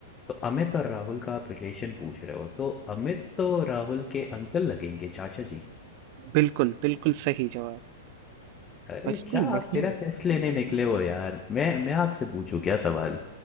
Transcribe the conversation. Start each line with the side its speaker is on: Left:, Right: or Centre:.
Left: तो अमित और राहुल का आप रिलेशन पूछ रहे हो तो अमित तो राहुल के अंकल लगेंगे चाचा जी
Right: बिल्कुल बिल्कुल सही जवाब
Left: अरे
Right: बिल्कुल
Left: क्या
Right: बढ़िया
Left: आप मेरा टेस्ट लेने निकले हो यार मैं मैं आपसे पूछूं क्या सवाल